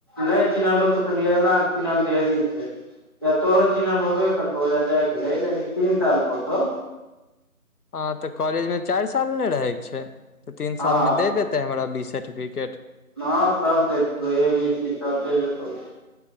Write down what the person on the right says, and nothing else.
नै चिन्हा लगतो तऽ नियरणा के चिन्हल ढेरी छै। या तोरो चिन्हल होबे करतौ, ओजा जाय के लऽ लेही तीन साल कहतौ।
हँ
हां सब देतौ, ए, बी, सी सब दे देतौ।